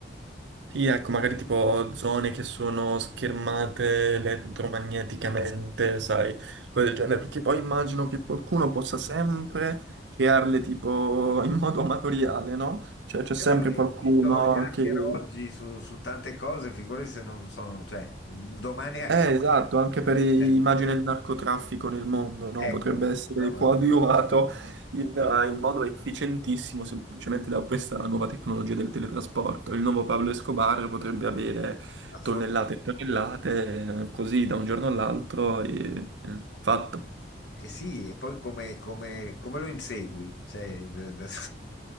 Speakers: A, on the right; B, on the left.
A: Sì, ecco, magari tipo zone che sono schermate elettromagneticamente, sai, cose del genere, perché poi immagino che qualcuno possa sempre crearle tipo in modo amatoriale, no? Cioè c'è
B: E
A: sempre
B: vabbè, esistono
A: qualcuno
B: gli hacker
A: che
B: oggi su, su tante cose, figurati se non sono, cioè, un domani hacker.
A: Eh,
B: <laughs>
A: esatto, anche per i-
B: Eh,
A: immagine il narcotraffico nel mondo, no?
B: Ecco,
A: Potrebbe essere
B: mamma
A: coadiuvato
B: mia,
A: in, eh, in modo efficientissimo semplicemente da questa nuova tecnologia del teletrasporto. Il nuovo Pablo Escobar potrebbe avere
B: assolutamente.
A: tonnellate e tonnellate, eh, così da un giorno all'altro, e e fatto.
B: E sì, e poi come, come- come lo insegui? Cioè, d- d-